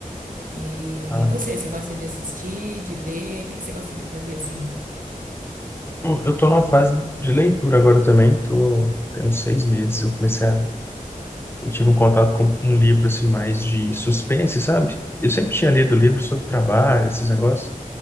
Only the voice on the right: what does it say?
E
você, você gosta de assistir, de ler? O que que você gosta de fazer assim?